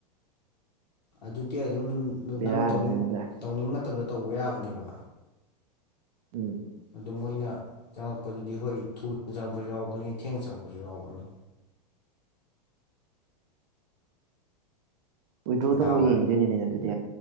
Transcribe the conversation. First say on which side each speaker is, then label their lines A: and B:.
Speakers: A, on the left; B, on the right.
A: ꯑꯗꯨꯗꯤ ꯑꯗꯨꯝ
B: ꯕꯦꯔꯥꯅꯤꯅꯦ
A: ꯅꯪꯅ ꯇꯧꯅꯤꯡ
B: ꯑꯗꯨꯗꯤ
A: ꯇꯧꯅꯤꯡꯕ ꯃꯇꯝꯗ ꯇꯧꯕ ꯌꯥꯕꯅꯦꯕ
B: ꯎꯝ
A: ꯑꯗꯣ ꯃꯣꯏꯅ ꯆꯪꯉꯛꯄꯗꯨꯗꯤ ꯍꯣꯏ ꯊꯨꯅ ꯆꯪꯕꯁꯨ ꯌꯥꯎꯕꯅꯤ ꯊꯦꯡꯅ ꯆꯪꯉꯛꯄꯁꯨ ꯌꯥꯎꯕꯅꯤ
B: ꯋꯤꯗ꯭ꯔꯣꯗ
A: ꯗꯥꯎꯋꯦ
B: ꯑꯃꯨꯛ ꯌꯦꯡꯈꯤꯗꯣꯏꯅꯦ ꯑꯗꯨꯗꯤ